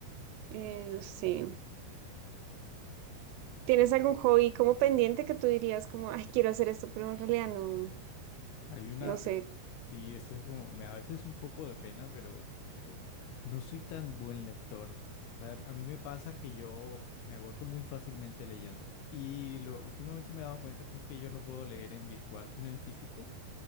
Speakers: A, on the right (about 85°); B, on the left (about 80°).
A: eh, no sé. ¿Tienes algún hobby como pendiente que tú dirías como, ay, quiero hacer esto, pero en realidad no,
B: Hay una,
A: no sé?
B: eh, sí, eso es como, me da a veces un poco de pena, pero, pero no soy tan buen lector. O sea, a mí me pasa que yo me agoto muy fácilmente leyendo. Y lo, últimamente me he dado cuenta que es que yo no puedo leer en virtual, sino en físico.